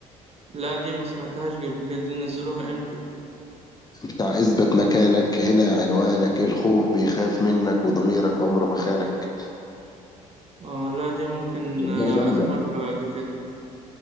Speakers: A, on the right; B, on the left.
A: لا دي ما سمعتهاش قبل كده دي نزلوها إمتى
B: بتاع اثبت مكانك هنا عنوانك الخوف بيخاف منك وضميرك عمره ما خانك
A: آه لا دي ممكن
B: اغنيه
A: آه،
B: جامده
A: أسمعها بعد كده